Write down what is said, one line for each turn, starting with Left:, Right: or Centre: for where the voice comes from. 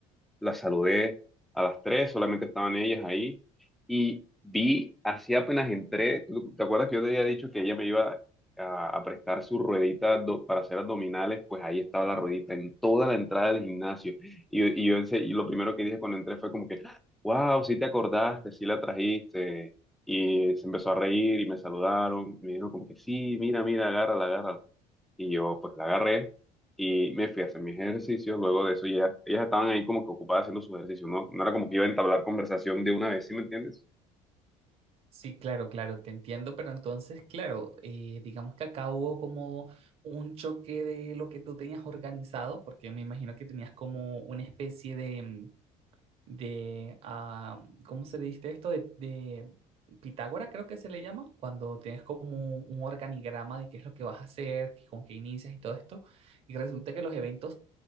Centre: la saludé a las tres, solamente estaban ellas ahí, y vi, así apenas entré, ¿tú- ¿te acuerdas que yo te había dicho que ella me iba a, a prestar su ruedita do- para hacer abdominales? Pues ahí estaba la ruedita en toda la entrada del gimnasio. Y, yo- y yo ense- y lo primero que dije cuando entré fue como que, wow, sí te acordaste, sí la trajiste. Y se empezó a reír y me saludaron. Me dijeron como que sí, mira, mira, agárrala, agárrala y yo pues la agarré y me fui a hacer mis ejercicios. Luego de eso ya, ellas ellas estaban ahí como que ocupadas haciendo sus ejercicios, ¿no? No era como que iba a entablar conversación de una vez, ¿sí me entiendes?
Right: Sí, claro, claro, te entiendo, pero entonces, claro, eh, digamos que acá hubo como un choque de lo que tú tenías organizado, porque me imagino que tenías como una especie de, mm, de ah, ¿cómo se le dice esto? De, de Pitágora, creo que se le llama, cuando tienes como un, un organigrama de qué es lo que vas a hacer, qué- con qué inicias y todo esto, y resulta que los eventos